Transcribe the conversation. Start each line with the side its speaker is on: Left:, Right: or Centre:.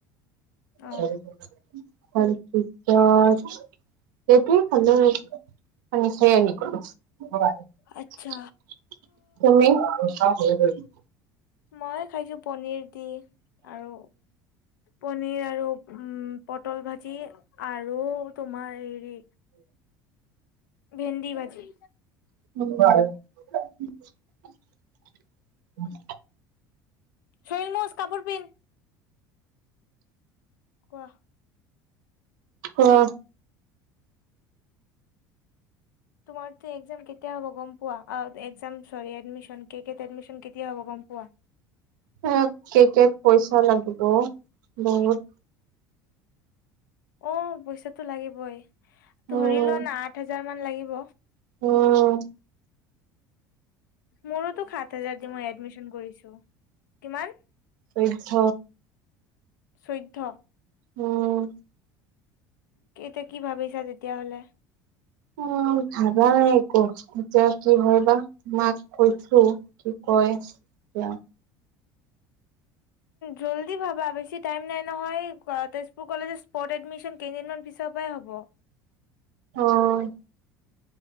Right: তাৰপিছত
Left: অ',
Right: সেইটোৱে খালো আৰু <inaudible> তুমি?
Left: আচ্ছা।
Right: <inaudible>
Left: মই খাইছো পনিৰ দি আৰু পনিৰ আৰু উম পটল ভাজি আৰু তোমাৰ হেৰি ভেন্দি ভাজি।
Right: <inaudible> <unintelligible>
Left: হেৰি মুচ কাপোৰ পিন্ধ। কোৱা?
Right: অ
Left: তোমাৰতো কি একজাম কেতিয়া হ'ব গম পোৱা, আ একজাম ছৰী এডমিশন কে কে ত এডিমশন কেতিয়া হ'ব গম পোৱা?
Right: আত কে কে ত পইচা লাগিব বহুত।
Left: অ পইচাটো লাগিবই ধৰি
Right: উম
Left: লোৱা না আঠ হাজাৰ মান লাগিব।
Right: অহ।
Left: মোৰোতো সাত হাজাৰ দি মই এডমিশন কৰিছো। কিমান?
Right: চৈধ্য।
Left: চৈধ্য?
Right: উম।
Left: কে এতিয়া কি ভাবিছা তেতিয়া হ'লে?
Right: মই ভাবা নাই একো এতিয়া কি হয় বা মাক কৈছো। কি কয় লা।
Left: জল্দি ভাবা বেছি টাইম নাই নহয় তেজপুৰ আ কলেজেত স্পট এডমিশন কেইদিনমান পিছৰ পৰাই হ'ব।
Right: অহ।